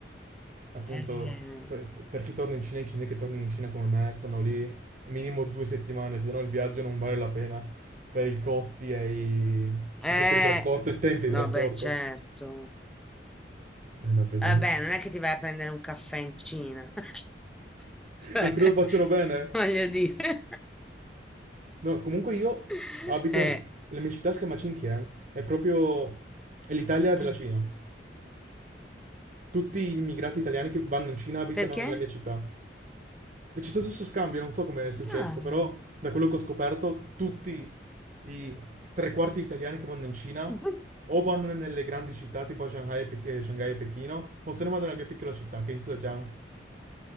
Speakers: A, on the right; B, in the centre.
A: appunto,
B: Eh,
A: per, per chi torna in Cina, i cinesi che tornano in Cina come me stanno lì minimo due settimane, se no il viaggio non vale la pena per i costi e i, i costi
B: eh,
A: di trasporto e i tempi di
B: no,
A: trasporto.
B: beh, certo.
A: È una pesante.
B: Vabbè, non è che ti vai a prendere un caffè in Cina, <laughs> cioè,
A: Non credo lo facciano bene. eh.
B: voglio dire.
A: No, comunque io
B: <laughs>
A: abito,
B: Eh,
A: la mia città si chiama Xinjiang, è proprio è l'Italia della
B: mm.
A: Cina. Tutti gli immigrati italiani che vanno in Cina abitano
B: Perché?
A: nella mia città. E C'è stato questo scambio, non so come è successo,
B: Dai.
A: però da quello che ho scoperto, tutti i tre quarti italiani che vanno in Cina
B: <laughs>
A: o vanno nelle grandi città tipo Shanghai e, Pe- eh, Shanghai e Pechino, o se ne vanno nella mia piccola città che è in Zhejiang.